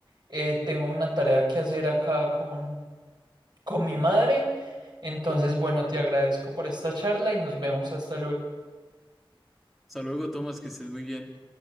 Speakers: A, on the right; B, in the centre.
A: Eh, tengo una tarea que hacer acá con, con mi madre. Entonces, bueno, te agradezco por esta charla y nos vemos hasta luego.
B: Hasta luego, Tomás, que estés muy bien.